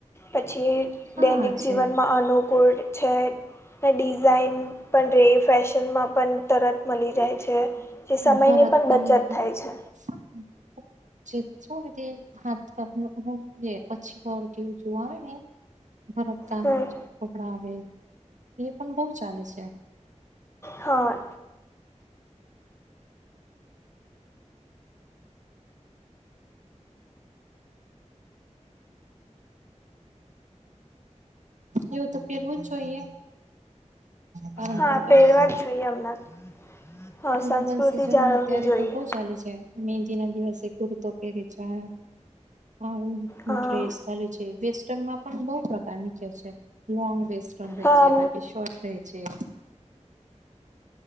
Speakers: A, on the left; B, on the right.
A: પછી
B: હા
A: દૈનિક
B: છે
A: જીવનમાં અનુકૂળ છે અને ડિઝાઇન પણ રહી ફેશનમાં પણ તરત મળી જાય છે. જે સમયની
B: ભરત
A: પણ
B: કામ
A: બચત થાય છે.
B: હા જેતે હાથ પછીર કેવું જોવા આવે ને <unintelligible> ભરત કામ
A: હમ
B: કપડા આવે એ પણ બહુ ચાલે છે.
A: હા
B: એવું તો પહેરવું જ જોઈએ પારંપરિક
A: હા પહેરવા
B: શ
A: જ જોઈએ હમણાં હા
B: હ
A: સંસ્કૃતિ
B: ગલ સિઝન
A: જાળવવી
B: અત્યારે
A: જોઈએ
B: તો બઉ ચાલે છે. મ મેહેંદી ના દિવસે કુરતો પેરે છા હાન્ટ્રેસ
A: હા
B: ચાલે છે બેસ્ટ <unintelligible> માં પણ બહુ પ્રકારની કે છે લોંગ વેસ્ટર્ન રહી
A: હા
B: જ બાકી શોર્ટ છે